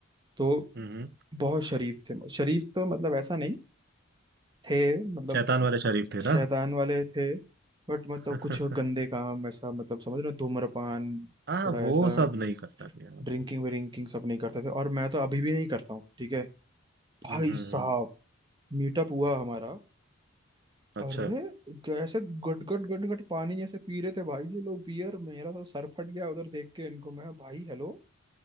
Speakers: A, on the right (about 20°); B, on the right (about 50°).
A: तो
B: हम्म
A: बहुत शरीफ थे शरीफ तो मतलब ऐसा नहीं थे मतलब
B: शैतान वाले शरीफ थे ना
A: शैतान वाले थे बट मतलब
B: <laughs>
A: कुछ गंदे काम ऐसा मतलब समझ रहे हो, धूम्रपान
B: हाँ
A: थोड़ा
B: वो
A: ऐसा
B: सब नहीं करता मैं यार
A: ड्रिंकिंग विरिंकिंग सब नहीं करते थे और मैं तो अभी भी नहीं करता हूँ ठीक है भाई
B: हम्म हम्म,
A: साहब
B: हम्म,
A: मीटअप हुआ हमारा
B: अच्छा
A: अरे कैसे गट गट गट गट पानी जैसे पी रहे थे भाई ये लोग बियर मेरा तो सर फट गया उधर देख के इनको मैं भाई हेलो